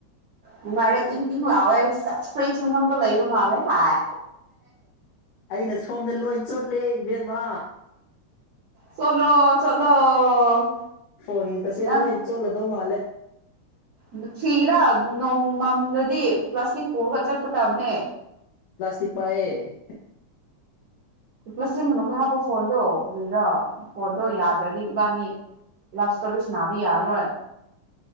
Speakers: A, on the right; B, on the left.
A: ꯅꯨꯡꯉꯥꯏꯔꯦ ꯏꯪ ꯏꯪ ꯂꯥꯎꯑꯦ ꯏꯁ ꯑꯁ ꯐꯔꯤꯠ ꯃꯅꯨꯡꯗ ꯂꯩꯕ ꯃꯥꯜꯂꯦ ꯍꯥꯏ
B: ꯑꯩꯅ ꯁꯣꯝꯗ ꯂꯣꯏ ꯆꯣꯠꯂꯦ ꯏꯕꯦꯝꯃ
A: ꯆꯣꯂꯣ ꯆꯣꯠꯂꯣ
B: ꯐꯣꯟ ꯀꯁꯦ
A: ꯅꯪ
B: ꯂꯣꯏꯟ ꯆꯣꯠꯂꯥꯗꯣ ꯃꯥꯂꯦ
A: ꯃꯨꯊꯤꯔꯥ ꯅꯣꯡꯃꯝꯗꯗꯤ ꯄ꯭ꯂꯥꯁꯇꯤꯛ ꯄꯨꯔꯒ ꯆꯠꯄꯇꯝꯅꯦ
B: ꯄ꯭ꯂꯥꯁꯇꯛ ꯄꯏꯌꯦ
A: ꯄ꯭ꯂꯁꯁꯤ ꯃꯅꯨꯡꯗ ꯍꯥꯞꯄ ꯐꯣꯟꯗꯣ ꯀꯔꯤꯔ ꯐꯣꯟꯗꯣ ꯌꯥꯗ꯭ꯔꯗꯤ ꯏꯕꯥꯅꯤ ꯂꯚ ꯁ꯭ꯇꯣꯔꯤ ꯁꯅꯥꯕ ꯌꯥꯔꯔꯣꯏ